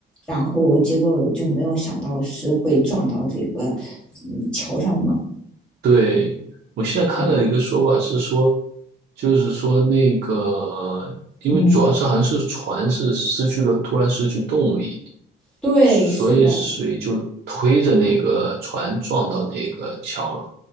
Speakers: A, in the centre; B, on the right.
A: 然后结果就没有想到是会撞到这个嗯桥上嘛，
B: 对，我现在看到一个说法是说，
A: 嗯
B: 就是说那个，因为主要是好像是船是失去了，
A: 嗯。
B: 突然失去动力，
A: 对，
B: 所以水就推着那个船撞到那个桥了。
A: 是的，